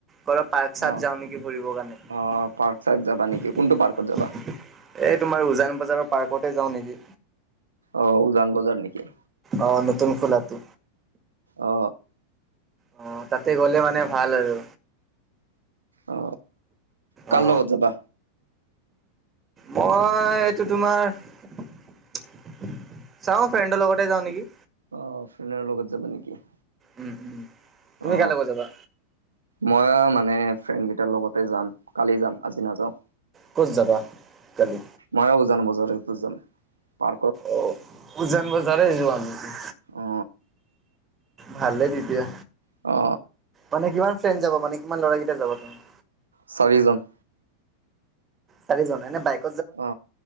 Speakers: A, on the right (about 20°); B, on the right (about 75°).
A: কৰ পাৰ্ক চাৰ্ক
B: অ
A: যাওঁ নেকি ফুৰিব কাৰণে।
B: অ পাৰ্ক চাৰ্ক যাবা নেকি কোনটো
A: এ
B: পাৰ্কত যাবা
A: তোমাৰ উজান বজাৰৰ পাৰ্কতে যাওঁ নেকি।
B: অও উজান বজাৰ নেকি।
A: অ নতুন খোলাটো
B: অ
A: অ তাতে গ'লে মানে ভাল আৰু
B: অ কাৰ
A: অ
B: লগত যাবা?
A: মই এইটো তোমাৰ চাও ফ্ৰেণ্ডৰ লগতে যাও নেকি?
B: অ ফ্ৰেডৰ লগত যাবা নেকি?
A: উম উম তুমি
B: অ
A: কা লগত যাবা
B: মই মানে ফ্ৰেণ্ড কেইটাৰ লগতে যাম কালি যাম আজি নাযাওঁ।
A: ক'ত জাবা কালি?
B: ময়ো উজান বজাৰতো যাম পাৰ্কত।
A: অ উজান বজাৰে যোৱা নেকি?
B: অ
A: ভালেই তেতিয়া।
B: অ।
A: মানে কিমান ফ্ৰেণ্ড যাব মানে কিমান লৰাকেইটা যাব তালে
B: চাৰিজন।
A: চাৰিজনে এনে বাইক।
B: অ